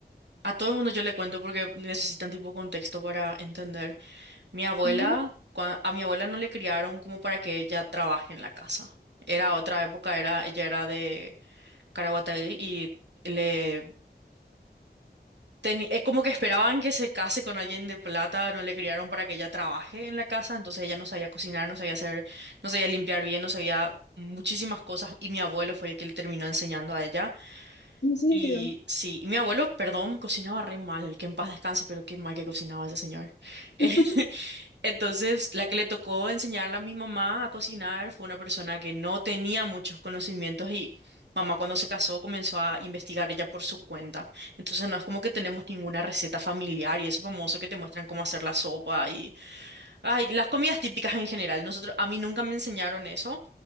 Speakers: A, on the right; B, on the left.
A: a todo el mundo yo le cuento porque necesitan tipo contexto para entender. Mi abuela,
B: Ujú.
A: cua- a mi abuela no le criaron como para que ella trabaje en la casa. Era otra época, era, ella era de Caraguatay y... le teni- eh, como que esperaban que se case con alguien de plata, no le criaron para que ella trabaje en la casa, entonces ella no sabía cocinar, no sabía hacer, no sabía limpiar bien, no sabía muchísimas cosas y mi abuelo fue el que le terminó enseñando a ella
B: No sé
A: y
B: qué va.
A: sí, y mi abuelo, perdón, cocinaba re mal, que en paz descanse, pero qué mal que cocinaba ese señor.
B: <laughs>
A: <laughs> Entonces, la que le tocó enseñarle a mi mamá a cocinar fue una persona que no tenía muchos conocimientos y mamá cuando se casó comenzó a investigar ella por su cuenta. Entonces, no es como que tenemos ninguna receta familiar y eso famoso que te muestran cómo hacer la sopa y ay, las comidas típicas en general. Nosotros, a mí nunca me enseñaron eso